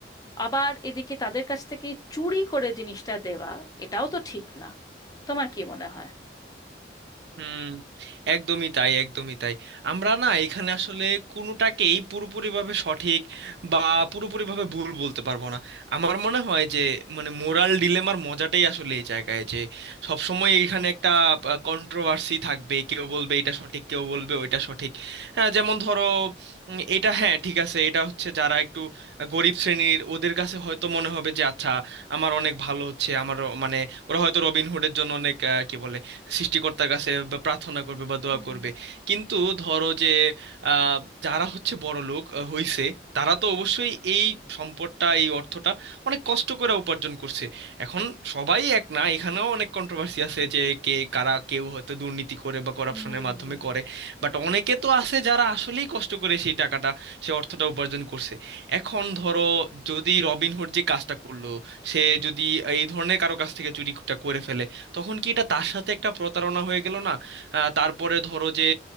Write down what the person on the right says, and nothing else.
হুম একদমই তাই একদমই তাই আমরা না এখানে আসলে কোনোটাকেই পুরোপুরিভাবে সঠিক বা পুরোপুরিভাবে ভুল বলতে পারবো না আমার মনে হয় যে মানে মোরাল ডিলেমার মজাটাই আসলে এই জায়গায় যে সবসময় এখানে একটা কন্ট্রোভার্সি থাকবে কেউ বলবে এটা সঠিক কেউ বলবে ওইটা সঠিক হ্যাঁ যেমন ধরো উম, এটা হ্যাঁ ঠিক আছে এটা হচ্ছে যারা একটু গরিব শ্রেণীর ওদের কাছে হয়তো মনে হবে যে আচ্ছা আমার অনেক ভালো হচ্ছে আমার মানে ওরা হয়তো রবিনহুডের জন্য অনেক আহ, কি বলে সৃষ্টিকর্তার কাছে বা প্রার্থনা করবে বা দোয়া
করবে কিন্তু ধরো যে আহ, যারা হচ্ছে বড় লোক হইছে তারা তো অবশ্যই এই সম্পদটা এই অর্থটা অনেক কষ্ট করে উপার্জন করছে এখন সবাই এক না এখানেও অনেক কন্ট্রোভার্সি আছে যে কে কারা কেউ হয়তো দুর্নীতি করে বা করাপশনের
মাধ্যমে
করে বাট অনেকে তো আছে যারা আসলেই কষ্ট করে সেই টাকাটা সে অর্থটা উপার্জন করছে এখন ধরো যদি রবিনহুড যে কাজটা করলো সে যদি এই ধরনের কারো কাছ থেকে চুরিটা করে ফেলে তখন কি এটা তার সাথে একটা প্রতারণা হয়ে গেল না আহ, তারপরে ধরো যে